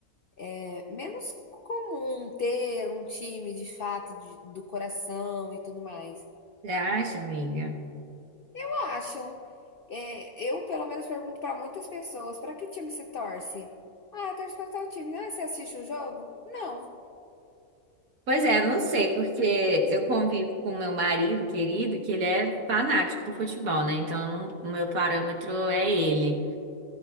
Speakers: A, on the left; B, on the right.
A: é, menos comum ter um time de fato de- do coração e tudo mais.
B: você acha, amiga?
A: Eu acho. é, eu, pelo menos, pergunto para muitas pessoas: para que time você torce? Ah, eu torço para tal time. Ah, você assiste o jogo? Não.
B: Pois é, eu não sei, porque eu convivo com meu marido querido, que ele é fanático por futebol, né? Então, eu não- o meu parâmetro é ele.